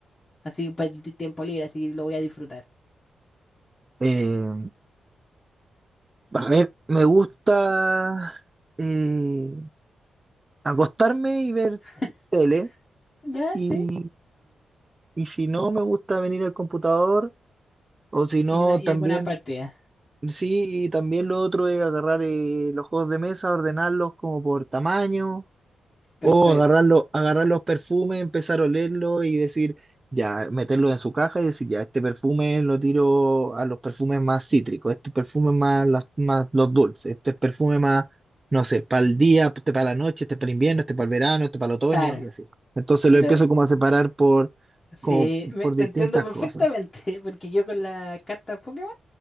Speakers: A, on the left (about 30°); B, on the right (about 25°).
A: Así, pa- ti- tiempo libre, así lo voy a disfrutar.
B: Eh, a ver, me gusta eh, acostarme y ver
A: <laughs>
B: tele,
A: Ya,
B: y,
A: sí.
B: y si no, me gusta venir al computador O si no,
A: Y, una, y
B: también,
A: alguna partida.
B: sí, y también lo otro es agarrar eh, los juegos de mesa, ordenarlos como por tamaño,
A: Perfecto.
B: o agarrarlo, agarrar los perfumes, empezar a olerlos y decir, ya, meterlos en su caja y decir, ya, este perfume lo tiro a los perfumes más cítricos, este perfume más, las- más los dulces, este perfume más, no sé, para el día, este para la noche, este para el invierno, este para el verano, este para el otoño,
A: Claro.
B: y así. Entonces
A: Y
B: lo
A: lo.
B: empiezo como a separar por,
A: Sí,
B: como
A: me-
B: por
A: te
B: distintas
A: entiendo perfectamente,
B: cosas.
A: <laughs> porque yo con las cartas Pokémon